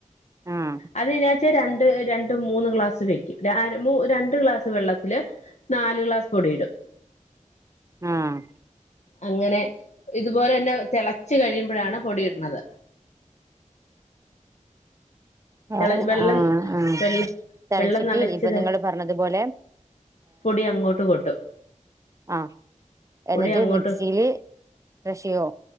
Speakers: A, on the right; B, on the left.
A: ആഹ്
B: അത് ഞാൻ രണ്ട് രണ്ട്മൂന്ന് ഗ്ലാസ് വെക്കും രണ്ട് ഗ്ലാസ് വെള്ളത്തില് നാല് ഗ്ലാസ് പൊടിയിടും
A: ആഹ്
B: അങ്ങനെ ഇതുപോലെന്നെ തെളച്ച് കഴിയുമ്പഴാണ് പൊടിയിട്ണത് തെള
A: ആഹ്
B: വെള്ളം
A: ആഹ് ആഹ്
B: വെള്ളം
A: തെളച്ചിട്ട്
B: വെള്ളം നലച്ചത്
A: ഇപ്പൊ നിങ്ങള് പറഞ്ഞതുപോലെ
B: പൊടിയങ്ങോട്ട് കൊട്ടും
A: ആ എന്നിട്ട്
B: പൊടി അങ്ങോട്ട്
A: മിക്സില് ക്രഷെയ്യോ